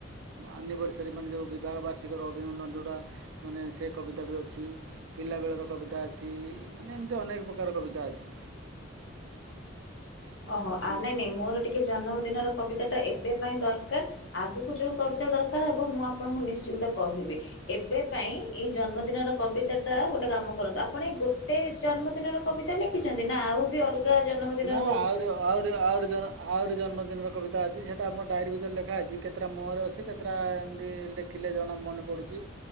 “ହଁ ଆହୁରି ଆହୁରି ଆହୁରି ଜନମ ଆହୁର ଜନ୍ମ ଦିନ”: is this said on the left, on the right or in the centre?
Right